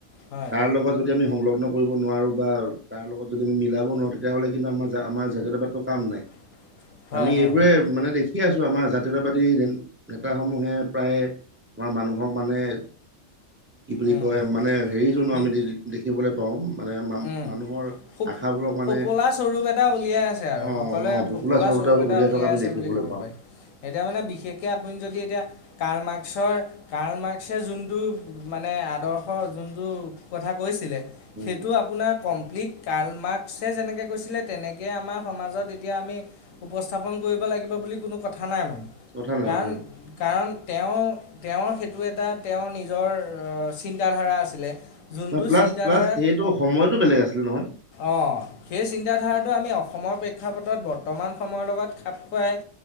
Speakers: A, on the left (about 85°); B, on the right (about 15°).
A: হয়
B: তাৰ লগত যদি যদি আমি সংলগ্ন কৰিব নোৱাৰোঁ বা তাৰ লগত যদি আমি মিলাব নোৱাৰোঁ, তেতিয়াহ'লে কিন্তু আমাৰ, আমাৰ জাতীয়তাবাদটো কাম নাই৷
A: <inaudible>
B: আমি
A: হয়
B: এইবোৰে
A: হয়
B: মানে দেখি আছো আমাৰ জাতীয়তাবাদী নেতাসমূহে প্ৰায়, আমাৰ মানুহক মানে কি বুলি
A: উম,
B: কয় মানে হেৰিজনো
A: বি
B: আমি <unintelligible> দেখিবলৈ পাওঁ মানে মা-মানুহৰ
A: উম ফো
B: আশাবোৰক মানে,
A: ফোপোলা স্বৰূপ এটা উলিয়াই আছে আৰু
B: অ'
A: সকলোৱে
B: অ' ফোপোলা চৰূপ
A: স্বৰূপ
B: এটা উলিয়াই থকা আমি
A: আছে
B: দেখিবলৈ
A: বুলি ক'ব
B: পাওঁ৷
A: পাৰি। এতিয়া মানে বিশেষকে আপুনি যদি এতিয়া কাল মাক্সৰ কাৰ্ল মাৰ্ক্সে যোনটো মানে আদৰ্শ, যোনটো কথা কৈছিলে
B: উম৷
A: সেইটো আপোনাৰ কমপ্লিট কাল মাৰ্ক্সে যেনেকৈ কৈছিলে, তেনেকৈ আমাৰ সমাজত এতিয়া আমি উপস্থাপন কৰিব লাগিব বুলি কোনো কথা নাই মানে,
B: কথা নাই
A: কাৰণ
B: কথা নাই
A: কাৰণ তেওঁ, তেওঁৰ সেইটো এটা, তেওঁৰ নিজৰ চিন্তাধাৰা আছিলে৷ যোনটো
B: প্লাছ,
A: চিন্তাধাৰাত
B: প্লাছ, সেইটো সময়তটো বেলেগ আছিলে নহয়৷
A: অঁ সেই চিন্তাধাৰাটো আমি অসমৰ প্ৰেক্ষাপটত বৰ্তমান সময়ৰ লগত খাপ খুৱাই